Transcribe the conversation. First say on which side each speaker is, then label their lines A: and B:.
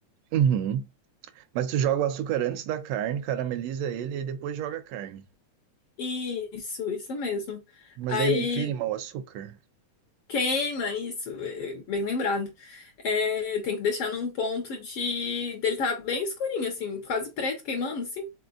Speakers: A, on the right; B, on the left.
A: Uhum. Mas tu joga o açúcar antes da carne, carameliza ele e depois joga a carne.
B: Isso, isso mesmo.
A: Mas
B: Aí
A: daí não queima o açúcar?
B: queima isso, é, bem lembrado. É, tem que deixar num ponto de dele tá bem escurinho assim, quase preto queimando assim,